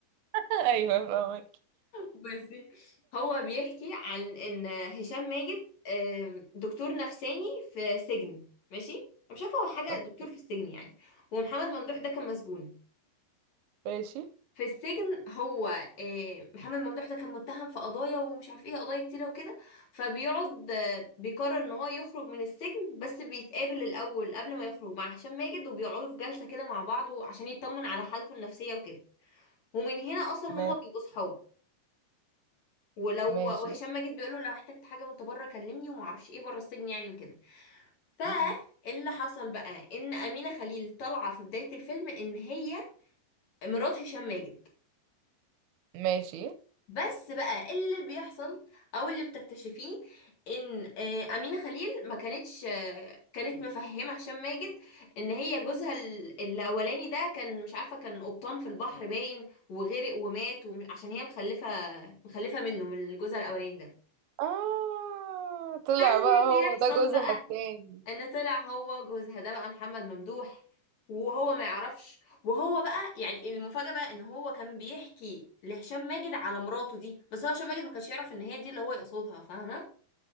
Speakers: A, on the right (about 80°); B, on the left (about 45°).
A: <laughs> ايوه فاهمك
B: بصي هو بيحكي عن ان هشام ماجد آم، دكتور نفساني في سجن ماشي أنا مش عارفه هو حاجه
A: اوكي
B: دكتور في السجن يعني ومحمد ممدوح ده كان مسجون
A: ماشي
B: في السجن هو آه، محمد ممدوح ده كان متهم في قضايا ومش عارف ايه قضايا كتيره وكده فبيقعد آه، بيقرر ان هو يخرج من السجن بس بيتقابل الاول قبل ما يخرج مع هشام ماجد وبيقعدوا في جلسه كده مع بعض عشان يطمن على حالته النفسيه وكده ومن هنا اصلا
A: ما-
B: هما بيبقوا صحاب ولو
A: ماشي
B: وهشام ماجد بيقول له لو احتجت حاجه وانت بره كلمني وما اعرفش ايه بره السجن يعني وكده فاللي
A: مم.
B: حصل بقى ان امينه خليل طالعه في بدايه الفيلم ان هي مرات هشام ماجد
A: ماشي
B: بس بقى إيه اللي بيحصل او اللي بتكتشفيه ان آه، امينه خليل ما كانتش آه، كانت مفهمه هشام ماجد ان هي جوزها ال- الاولاني ده كان مش عارفه كان قبطان في البحر باين وغرق ومات وم- عشان هي مخلفه مخلفه منه من جوزها الاولاني ده
A: اه طلع
B: فاللي
A: بقى
B: بيحصل
A: هو ده جوزها
B: بقى
A: التاني
B: ان طلع هو جوزها ده بقى محمد ممدوح وهو ما يعرفش وهو بقى يعني المفاجأة بقى ان هو كان بيحكي لهشام ماجد على مراته دي بس هو هشام ماجد ما كانش يعرف ان هي دي اللي هو يقصدها فاهمة